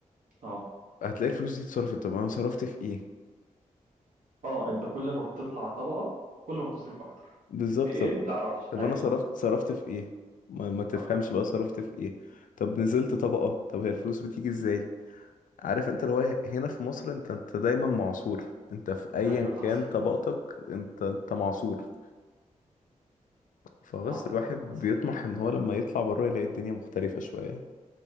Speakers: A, on the right (about 80°); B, on the left (about 75°).
A: اه
B: هتلاقي الفلوس دي اتصرفت طب انا صرفت في ايه
A: اه انت كل ما بتطلع طبقه كل ما بتصرف اكتر
B: بالظبط
A: في ايه ما تعرفش
B: طب
A: ايوه
B: انا صرفت
A: فاهم
B: صرفت في ايه ما, ما تفهمش
A: فاهم
B: بقى صرفت في ايه طب نزلت طبقة طب هي الفلوس بتيجي ازاي عارف انت اللي هو ه- هنا في مصر انت انت دايما معصور انت في ايا
A: ايوه حصل
B: كان طبقتك
A: <laughs>
B: انت انت معصور فبس
A: حصل
B: الواحد
A: حصل
B: بيطمح ان هو لما يطلع بره يلاقي الدنيا مختلفة شوية